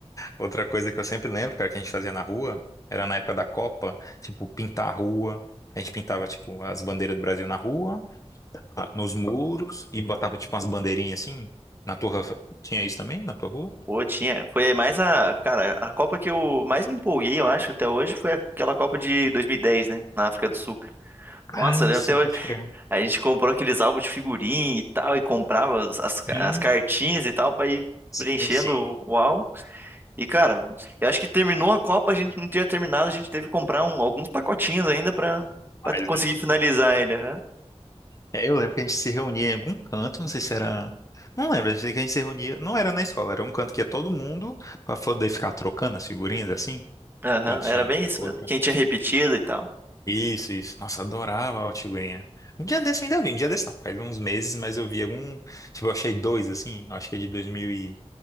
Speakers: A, on the left (about 30°); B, on the right (about 20°).
A: Outra coisa que eu sempre lembro, cara, que a gente fazia na rua, era na época da Copa, tipo, pintar a rua. A gente pintava, tipo, as bandeiras do Brasil na rua, a- nos muros, e botava, tipo, umas bandeirinhas assim. Na tua, rua tinha isso também, na tua rua?
B: Ou tinha, foi mais a, cara, a Copa que eu mais me empolguei, eu acho, até hoje foi aquela Copa de 2010, né, na África do Sul. cara. Nossa,
A: Ah,
B: eu lembro
A: sim,
B: até hoje.
A: pode crer.
B: A gente comprou aqueles álbuns de figurinha e tal, e comprava as, as,
A: Sim,
B: as cartinhas e tal pra ir
A: sim,
B: preenchendo
A: sim.
B: o álbum. E, cara, eu acho que terminou a Copa, a gente não tinha terminado, a gente teve que comprar um- alguns pacotinhos ainda pra,
A: Mas,
B: pra conseguir
A: né?
B: finalizar ele. Aham,
A: É, Eu lembro que a gente se reunia em algum canto, não sei se era. Não lembro, eu sei que a gente se reunia. Não era na escola, era um canto que ia todo mundo pra poder ficar trocando as figurinhas assim.
B: Aham,
A: Quem tinha.
B: era bem isso
A: outro.
B: mesmo. Quem tinha repetido e tal.
A: Isso, isso. Nossa, adorava a Altigurinha. Um dia desse eu ainda vi, um dia desse não. Faz uns meses, mas eu vi algum. Tipo, eu achei dois, assim. Eu acho que é de 2000 e...